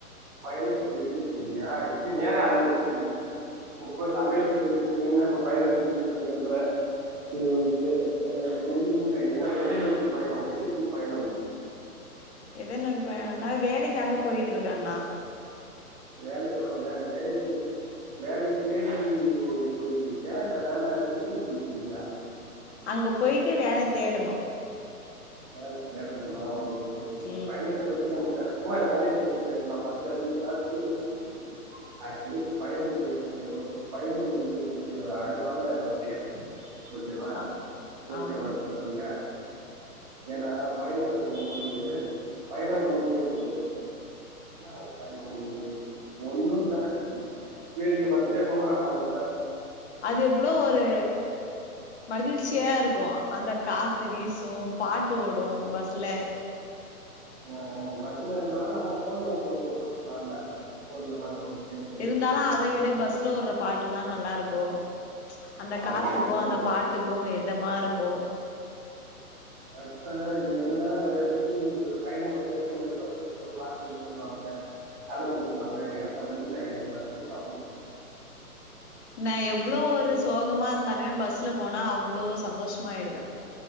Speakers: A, on the right (about 25°); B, on the left (about 45°).
A: பயணத்த தெரிஞ்சுட்ருக்கியா பின்ன ஏ அத பேசிட்ருக்க இப்ப சமையல்க்கு செஞ்சுட்ருந்தன்ன இப்ப பயணத்த செஞ்சுட்ருக்கன்ற செரி ஓகே ஆ எங்க இங்க எங்க எதை நோக்கி பயணம் எதுக்கு பயணம்
B: எத நோக்கிப் பயணன்னா வேலைக்காக போயிட்ருக்கண்ணா
A: வேலைகள்லா ஒன்னு வேலை வேலைக்கி வேலை தேடி போயிட்டுருக்கியா இல்ல வேல திருச்சில போயிட்ருக்கியா
B: அங்க போயிட்டு வேல தேடணு
A: வேல் தேடணுமா ஓகே ஓகே இப்ப
B: ம்
A: பயணத்த பத்தி நம்ம பேச சும்மா வேலைய பத்தி பேஸ்லாமா <unintelligible> ஆக்சுலி இப்ப பயணம் போயிட்ருக்கியே ஒரு ஓகே பயணம் என்பது ஒரு அழகான ஒரு பெயர் ஓகேவா
B: ஆ
A: ஓகேவா
B: ஆமா
A: சதன்யா ஏனா பயணத்துல போம் போது பயணம் பண்ணும் போது என்னா ஊர் பயணம் பண்றது ஒண்ணுல்ல வேடிக்க பாத்துட்டே போகலா அவ்ளோதா
B: அது எவ்ளோ ஒரு மகிழ்ச்சியா இருக்கு அந்த காத்து வீசு பாட்டு ஓடு பஸ்ல
A: ஆ ஆ பஸ்லனா நம்ம ஃபோன்ல போ போட்டுக்கலாம்ல ஃபோனில் பாட்டு போட்டு கொஞ்சம்
B: இருந்தாலு
A: பாட்டு போட்டுட்டு
B: அத விட பஸ்ல ஒடுற பாட்டுலா நல்லாருக்கு அந்த
A: ஆமாம்
B: காத்துக்கு
A: இதை
B: அந்த பாட்டுக்கு எதமா இருக்கு
A: ஃபஸ்ட்டு இங்க என்னன்ன நெறைய பேத்துக்கு பயணம் பண்றதே புடிக்காது பஸ்ல போம் போது வாந்தி வருதுன்னுவாங்க தல வலிக்குதுன்னுவாங்க எனக்கு அப்டி இல்ல எனக் பஸ்ல போக அவ்ளோ புடிக்கு
B: நா எவ்வளோ ஒரு சோகமா இருந்தாலுமே பஸ்ல போனா அவ்வளோ சந்தோஷமா ஆயிடுவ